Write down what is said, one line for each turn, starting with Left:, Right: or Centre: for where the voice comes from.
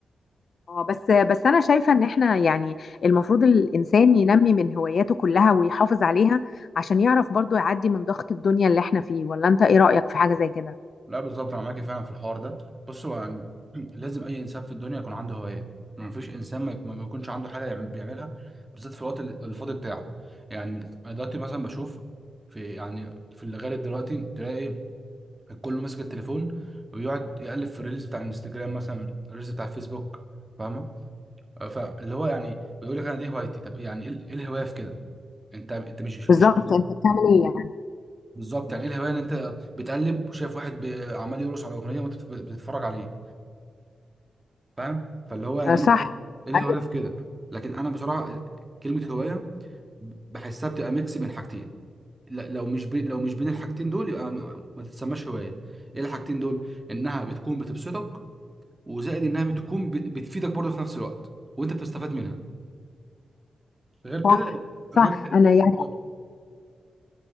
Left: اه بس بس انا شايفه ان احنا يعني المفروض الانسان ينمي من هواياته كلها ويحافظ عليها عشان يعرف برضو يعدي من ضغط الدنيا اللي احنا فيه ولا انت ايه رايك في حاجه زي كده
Right: لا بالظبط انا معاك فعلا في الحوار ده بص هو يعني <clears throat> لازم اي انسان في الدنيا يكون عنده هوايات ما فيش انسان ما يك- ما يكونش عنده حاجه يعم- بيعملها بالذات في الوقت ال- الفاضي بتاعه يعني انا دلوقتي مثلا بشوف في يعني في اللي غالب دلوقتي تلاقي الكل ماسك التليفون ويقعد يقلب في الريلز بتاع الانستجرام مثلا الريلز بتاع الفيسبوك فاهمه فاللي هو يعني بيقول لك انا دي هوايتي طب يعني ايه إيه الهوايه في كده انت انت مش
Left: بالظبط
Right: مش هواية.
Left: انت بتعمل ايه يعني
Right: بالظبط يعني ايه الهوايه ان انت بتقلب وشايف واحد بي- عمال يرقص على اغنيه وانت بت- بتتفرج عليه فاهم فاللي هو يعني
Left: آه صح
Right: ايه إيه الهوايه
Left: ايوه
Right: في كده لكن انا بصراحه كلمه هوايه بحسها بتبقى ميكس بين حاجتين لا- لو مش بي لو مش بين الحاجتين دول يبقى ما ما تتسماش هوايه ايه الحاجتين دول انها بتكون بتبسطك وزائد انها بتكون ب- بتفيدك برضه في نفس الوقت وانت بتستفاد منها غير
Left: صح
Right: كده
Left: صح
Right: غير كده
Left: انا يعني
Right: بالظبط